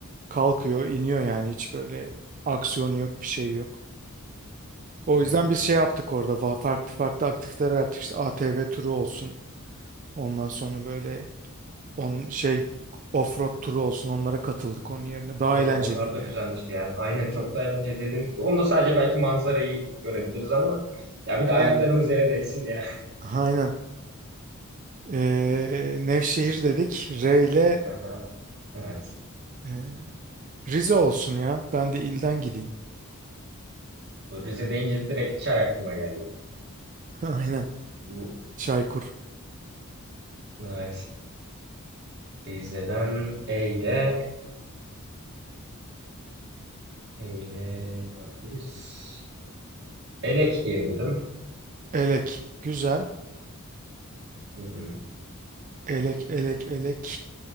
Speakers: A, on the right (about 35°); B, on the right (about 55°).
A: kalkıyor, iniyor yani hiç böyle aksiyonu yok, bir şey yok. O
B: Hmm.
A: yüzden biz şey yaptık orada. va- Farklı farklı aktiviteler yaptık. İşte ATV turu olsun. Ondan sonra böyle on şey offroad turu olsun. Onlara katıldık onun yerine. Daha
B: Oo,
A: eğlenceliydi
B: onlar da güzelmiş
A: yani.
B: ya. Aynen çok
A: Hmm.
B: da eğlenceli dediğiniz gibi. Onda sadece belki manzarayı görebiliriz ama ya bir de
A: Tabii.
B: ayaklarımız yere değsin ya.
A: Aynen. Ee, Nevşehir
B: <laughs>
A: dedik. R ile
B: Aha, evet.
A: e, Rize olsun ya. Ben de ilden gideyim.
B: Bu Rize deyince direkt çay aklıma geldi.
A: <laughs> Aynen.
B: Bu,
A: Çaykur.
B: evet. Rize'den Eyle, Eyle ne bulabiliriz? Elek diyebilirim.
A: Elek. Güzel.
B: Hı hı.
A: Elek, elek, elek.